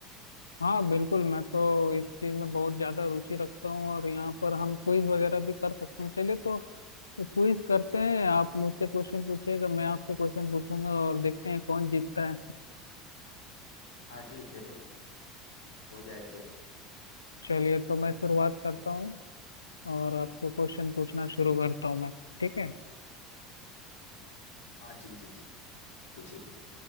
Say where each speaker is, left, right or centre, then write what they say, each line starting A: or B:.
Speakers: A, on the left; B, on the left.
A: हाँ बिल्कुल मैं तो इस चीज में बहुत ज्यादा रुचि रखता हूँ और यहाँ पर हम क्विज वगैरह भी कर सकते हैं चलिए तो क्विज करते हैं आप मुझसे क्वेश्चन पूछिएगा मैं आपसे क्वेश्चन पूछूंगा और देखते हैं कौन जीतता है
B: हाँ जी जरूर हो जाए फिर
A: चलिए तो मैं शुरुआत करता हूँ और आपको क्वेश्चन पूछना शुरू
B: जी हाँ
A: करता हूँ मैं ठीक है
B: हाँ जी जी जी पूछिए